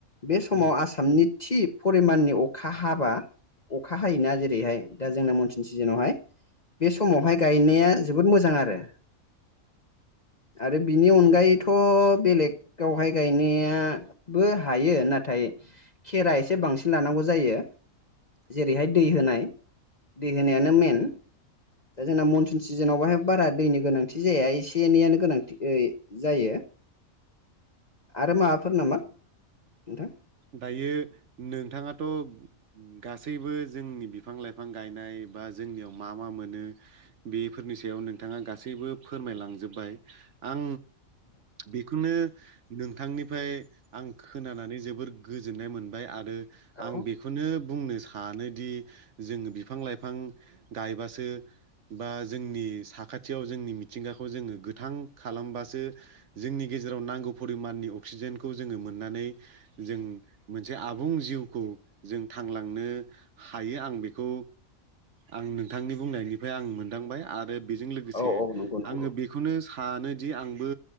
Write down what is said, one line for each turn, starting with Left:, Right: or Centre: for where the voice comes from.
Left: बे समाव
Right: ओं
Left: आसामनि थि फरिमाननि अखा हाबा अखा हायोना जेरैहाय दा जोंना मनसुन सिजोनावहाय बे समावहाय गायनाया जोबोद मोजां आरो। आरो बिनि अनगायैथ' बेलेगावहाय गायनाया बो हायो नाथाय खेरा एसे बांसिन लानांगौ जायो। जेरैहाय दै होनाय दै होनायानो मेन। दा जोंना मनसुन सिजोनाव बाहाय बारा दैनि गोनांथि जाया एसे एनैयानो गोनांथि ऐ जायो। आरो माबाफोर नामा नोंथां।
Right: दायो नोंथाङाथ' गासैबो जोंनि बिफां लायफां गायनाय बा जोंनियाव मा मा मोनो बेफोरनि सायाव नोंथाङा गासैबो फोरमायलांजोब्बाय आं बेखौनो नोंथांनिफ्राय आं खोनानानै जोबोर गोजोननाय मोनबाय आरो
Left: औ
Right: आं बे खौनो बुंनो सानोदि जोङो बिफां लायफां गायबासो बा जोंनि साखाथियाव जोंनि मिथिंगाखौ जोङो गोथां खालामबासो जोंनि गेजेराव नांगौ परिमाननि अक्सिजेनखौ जोङो मोननानै जों मोनसे आबुं जिउखौ जों थांलांनो हायो आं बेखौ आं नोंथांनि बुंनायनिफ्राय आं मोनदांबाय आरो बेजों लोगोसे
Left: औ औ नंगौ नंगौ
Right: आङो बे खौनो सानोदि आंबो